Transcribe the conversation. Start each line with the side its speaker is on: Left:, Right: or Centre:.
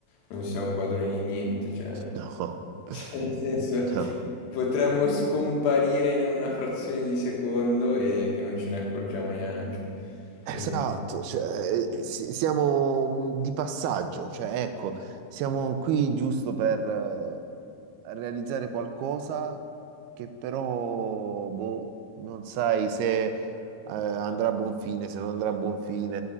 Left: non siamo padroni di niente, cioè...
Right: No,
Left: Cioè,
Right: <laughs>
Left: nel senso,
Right: no.
Left: potremmo scomparire in una frazione di secondo e che non ce ne accorgiamo neanche.
Right: Esatto,
Left: Quindi,
Right: cioè, eh, si- siamo mh, di passaggio, cioè, ecco, siamo qui giusto per eh, realizzare qualcosa che però boh, non sai se eh, andrà a buon fine, se non andrà a buon fine,